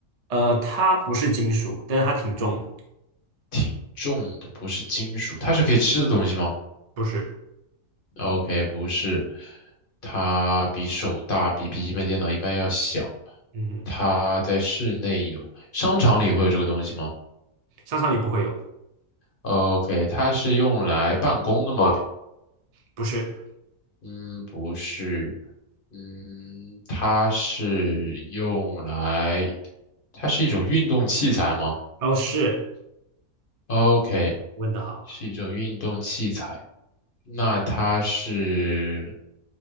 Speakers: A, on the right; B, on the left.
A: 呃，它不是金属，但是它挺重的，
B: 挺重的，不是金属，它是可以吃的东西吗
A: 不是，
B: ？OK，不是，它比手大，比笔记本电脑一般要小。
A: 嗯。
B: 它在室内有，商场里会有这个东西吗？
A: 商场里不会有，
B: OK，它是用来办公的吗？
A: 不是，
B: 嗯，不是，嗯，它是用来，它是一种运动器材吗
A: 哦，是，
B: ？OK，
A: 问的好，
B: 是一种运动器材。那它是